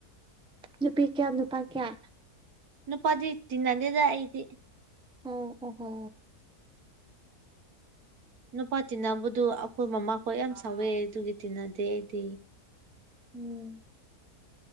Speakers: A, in the centre; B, on the right.
A: ꯅꯨꯄꯤ ꯀꯌꯥ ꯅꯨꯄꯥ ꯀꯌꯥ
B: ꯅꯨꯄꯥꯗꯤ ꯇꯤꯟꯅꯗꯦꯗꯥ ꯑꯩꯗꯤ
A: ꯑꯣ ꯑꯣꯍꯣ
B: ꯅꯨꯄꯥ ꯇꯤꯟꯅꯕꯗꯨ ꯑꯩꯈꯣꯏ ꯃꯃꯥꯈꯣꯏ ꯌꯥꯝ ꯁꯥꯎꯋꯦ ꯑꯗꯨꯒꯤ ꯇꯤꯟꯅꯗꯦ ꯑꯩꯗꯤ
A: ꯎꯝ